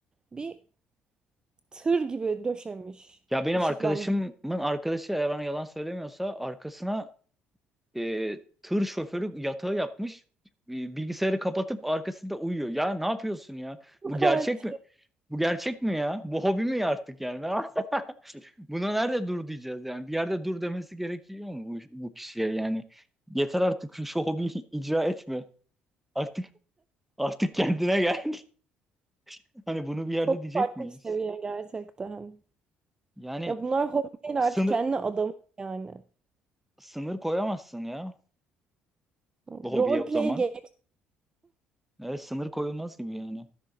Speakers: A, on the right (about 25°); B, in the centre.
A: bir tır gibi döşemiş.
B: ya benim
A: Işıklandı.
B: arkadaşımın arkadaşı eğer bana yalan söylemiyorsa arkasına e, tır şoförü yatağı yapmış. Ee, Bilgisayarı kapatıp arkasında uyuyor. Ya ne yapıyorsun ya?
A: Çok
B: Bu gerçek
A: artık.
B: mi? Bu gerçek mi ya? Bu hobi mi artık yani? Ben Buna nerede dur diyeceğiz yani? Bir yerde dur demesi gerekiyor mu bu, bu kişiye yani? Yeter artık şu, şu hobiyi <laughs> icra etme. Artık artık kendine gel. <laughs> Hani bunu bir yerde
A: Çok
B: diyecek
A: farklı
B: miyiz?
A: bir seviye gerçekten.
B: Yani
A: Ya bunlar hobi değil
B: sınır
A: artık kendi adamı yani.
B: sınır koyamazsın ya
A: Role
B: bu hobiye o
A: play
B: zaman.
A: game
B: Evet, sınır koyulmaz gibi yani.